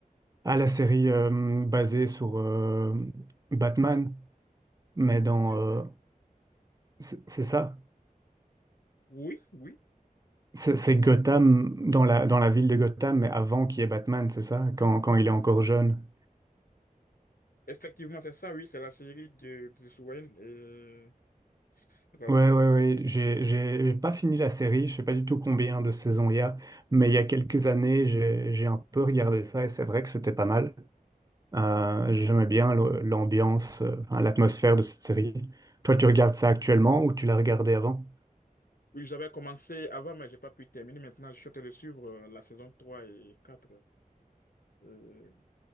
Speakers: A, on the right; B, on the left.
A: Ah, la série euh, basée sur euh, Batman, mais dans...
B: Que
A: euh,
B: Hmm.
A: c'est c'est ça?
B: Oui, oui.
A: C'est c'est Gotham, dans la, dans la ville de Gotham, mais avant qu'il y ait Batman, c'est ça? Quand, quand il est encore jeune.
B: Effectivement, c'est ça, oui, c'est la série de Bruce Wayne et Razan.
A: Ouais, ouais, ouais. J'ai, j'ai j'ai pas fini la série, je sais pas du tout combien de saisons il y a, mais il y a quelques années, j'ai, j'ai un peu regardé ça et c'est vrai que c'était pas mal. Euh, j'aimais bien le- l'ambiance, euh, enfin, l'atmosphère de cette série. Toi, tu regardes ça actuellement ou tu l'as regardé avant?
B: Oui, j'avais commencé avant, mais j'ai pas pu terminer. Maintenant, je suis en train de suivre euh, la saison 3 et 4. Euh,